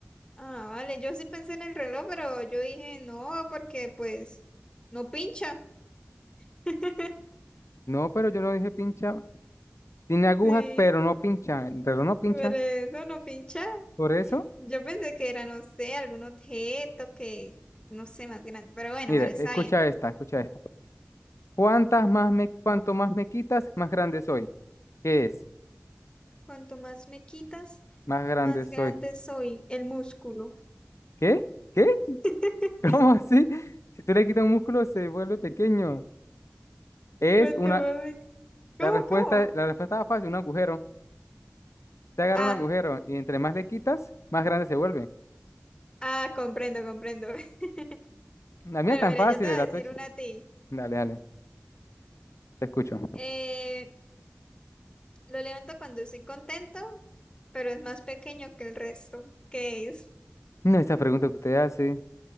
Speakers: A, on the left; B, on the left.
A: Ah, vale, yo sí pensé en el reloj, pero yo dije no, porque pues no pincha. <laughs>
B: No, pero yo no dije pincha. Tiene agujas,
A: Sí,
B: pero no pincha. El reloj no pincha.
A: por eso no pincha.
B: Por eso,
A: Yo pensé que era, no sé, algún objeto que, no sé, más grande. Pero bueno,
B: mire,
A: bueno, está
B: escucha
A: bien.
B: esta, escucha esta. ¿Cuántas más me, cuanto más me quitas, más grande soy? ¿Qué es?
A: Cuanto más me quitas,
B: Más grande
A: más
B: soy.
A: grande soy el músculo.
B: ¿Qué? ¿Qué?
A: <laughs>
B: <laughs> ¿Cómo así? Si tú le quitas un músculo, se vuelve pequeño. Es
A: Cuanto
B: una.
A: más me- ¿Cómo,
B: La respuesta,
A: cómo?
B: la respuesta era fácil, un agujero. Te agarra
A: Ah,
B: un agujero y entre más le quitas, más grande se vuelve.
A: ah, comprendo, comprendo. <laughs>
B: La mía
A: Bueno,
B: es tan
A: mira,
B: fácil,
A: yo te voy
B: la
A: a decir
B: tuya.
A: una a ti.
B: Dale, dale, te escucho.
A: Eh, Lo levanto cuando estoy contento, pero es más pequeño que el resto. ¿Qué es?
B: No, esa pregunta que usted hace.